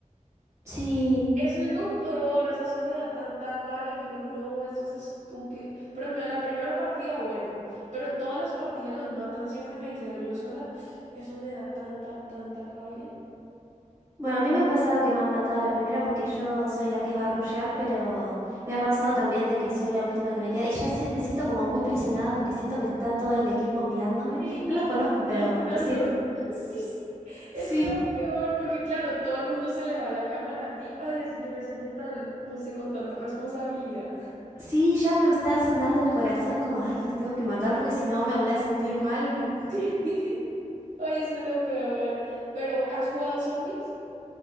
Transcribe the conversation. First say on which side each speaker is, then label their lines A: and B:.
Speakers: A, on the right; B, on the right.
A: Sí.
B: Eso es lo peor, o sea, eso me da tanta rabia. Yo digo, no, esto es estúpido. Por ejemplo, en la primera partida, bueno, pero todas las partidas los matan siempre y me quedo yo sola. Eso me da tanta, tanta rabia.
A: Bueno, a mí me ha pasado que me han matado a la primera porque yo soy la que va a rushear, pero me ha pasado también de que soy la última que me queda y ya si- me siento como muy presionada porque siento que está todo el equipo mirándome.
B: Sí, y
A: No los conozco,
B: todos están
A: pero lo
B: mirando.
A: siento.
B: <laughs> Sí, sí, eso
A: Sí.
B: es lo peor, porque claro, todo el mundo se le va la cámara a ti. Ay, es- yo me siento tan, no sé, con tanta responsabilidad. <laughs>
A: Sí, ya me está sonando el corazón como, ay, los tengo que matar porque si no me voy a sentir mal.
B: Sí. Ay, eso es lo peor. Pero, ¿has jugado zombies?